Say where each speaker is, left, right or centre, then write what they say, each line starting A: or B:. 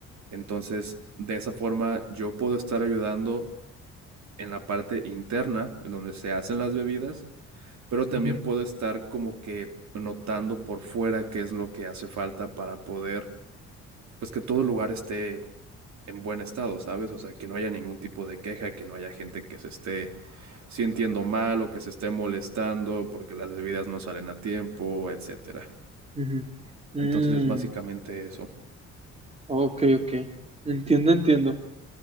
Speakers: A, on the right; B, on the right.
A: Entonces, de esa forma yo puedo estar ayudando en la parte interna, en donde se hacen las bebidas, pero también
B: Ujú,
A: puedo estar como que notando por fuera qué es lo que hace falta para poder, pues que todo el lugar esté en buen estado, ¿sabes? O sea, que no haya ningún tipo de queja, que no haya gente que se esté si entiendo mal o que se esté molestando porque las bebidas no salen a tiempo, etcétera.
B: ujú. Mm,
A: Entonces es básicamente eso.
B: ok, ok. Entiendo, entiendo.